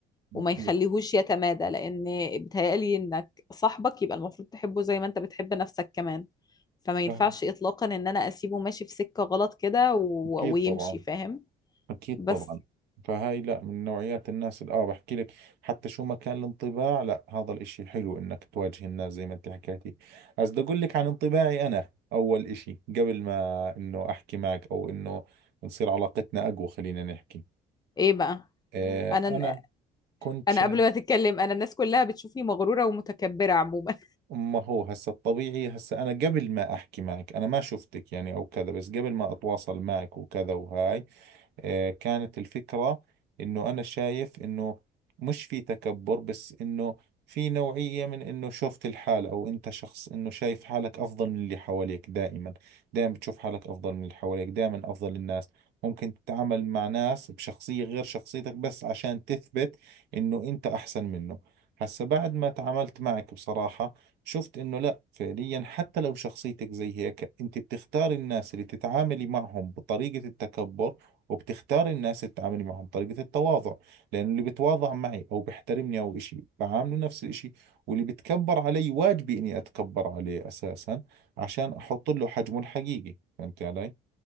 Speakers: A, on the left; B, on the right.
A: وما
B: اكيد
A: يخليهوش يتمادى لان بيتهيألي انك صاحبك يبقى المفروض تحبه زي ما انت بتحب نفسك كمان فما ينفعش
B: فاهم
A: اطلاقا ان انا اسيبه ماشي في سكة غلط كده و...
B: اكيد
A: ويمشي
B: طبعا
A: فاهم
B: اكيد
A: بس
B: طبعا فهاي لا من نوعيات الناس اللي اه بحكي لك حتى شو ما كان الانطباع لا هذا الاشي حلو انك تواجه الناس زي ما انت حكيتي بس بدي اقول لك عن انطباعي انا اول اشي قبل ما انه احكي معك او انه نصير علاقتنا اقوى خلينا نحكي
A: ايه بقى
B: آه،
A: انا
B: أنا كنت
A: انا
B: شايف
A: قبل ما تتكلم انا الناس كلها بتشوفني مغرورة ومتكبرة عموما
B: ما هو هسا الطبيعي هسا أنا قبل ما أحكي معك أنا ما شفتك يعني أو كذا بس قبل ما أتواصل معك وكذا وهاي آه، كانت الفكرة انه انا شايف انه مش في تكبر بس انه في نوعية من انه شفت الحال او انت شخص انه شايف حالك افضل من اللي حواليك دائما دائما بتشوف حالك افضل من اللي حواليك دائما افضل الناس ممكن تتعامل مع ناس بشخصية غير شخصيتك بس عشان تثبت انه انت احسن منه هسا بعد ما تعاملت معك بصراحة شفت انه لا فعليا حتى لو شخصيتك زي هيك انت بتختار الناس اللي تتعاملي معهم بطريقة التكبر وبتختاري الناس اللي تتعاملي معهم طريقة التواضع لأنه اللي بتواضع معي أو بيحترمني أو إشي بعامله نفس الإشي واللي بتكبر علي واجبي إني أتكبر عليه أساسا عشان أحط له حجمه الحقيقي فهمت علي؟